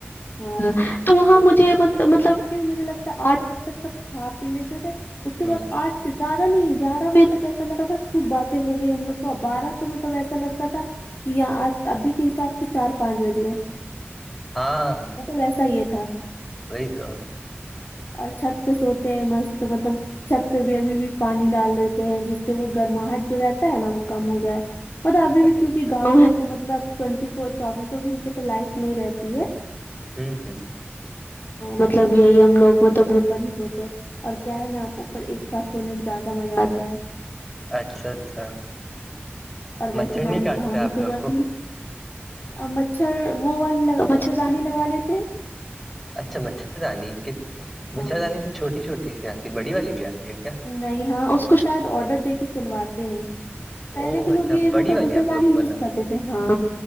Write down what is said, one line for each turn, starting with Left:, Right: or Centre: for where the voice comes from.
Left: ہاں تو وہاں مجھے مطلب پھر مجھے لگتا ہے آٹھ بجے تک سب کھا پی لیتے تھے اس کے
Centre: ہ
Left: بعد آٹھ سے زیادہ نہیں گیارہ بجے تک ایسا لگا تھا خوب باتیں ہو گئی ہم لوگ بارہ تو مطلب ایسا لگتا تھا کہ یہ آج ابھی کے حساب سے چار پانچ بج گئے
Centre: ہاں
Left: تو ویسا یہ تھا
Centre: وہی تو
Left: اور چھت پہ سوتے ہیں مست مطلب چھت پہ بھی ابھی بھی پانی ڈال دیتے ہیں جس سے وہ گرماہٹ جو رہتا ہے نا وہ کم ہو جائے پتا ابھی بھی
Centre: اچھا
Left: کیونکہ
Centre: اچھا
Left: گاؤں ہے تو مطلب ٹوینٹی فور چوبیسو گھنٹے تو لائف نہیں رہتی ہے
Centre: ہوں ہوں
Left: مطلب یہی ہم لوگ مطلب اوپر ہی سوتے ہے اور کیا ہے نا آپ اوپر ایک ساتھ سونے میں زیادہ مزہ آتا ہے
Centre: اچھا اچھا
Left: اور ویسی
Centre: مچھر نہیں
Left: نانی
Centre: کاٹتے
Left: کہانی
Centre: آپ
Left: سناتی
Centre: لوگ کو
Left: ہے مچھر وہ والی لگا مچھردانی لگا لیتے ہیں
Centre: اچھا مچھردانی مچھردانی
Left: ہاں
Centre: تو چھوٹی چھوٹی سی آتی ہے بڑی والی بھی آتی ہے کیا
Left: نہیں ہاں اس کو شاید آڈر دے کے سلواتے ہیں پہلے
Centre: او
Left: کے
Centre: اچھا
Left: لوگ یہ
Centre: بڑی
Left: مطلب
Centre: والی
Left: مچھردانی
Centre: آپ لوگ کو
Left: یوز
Centre: لگاتے
Left: کرتے تھے ہاں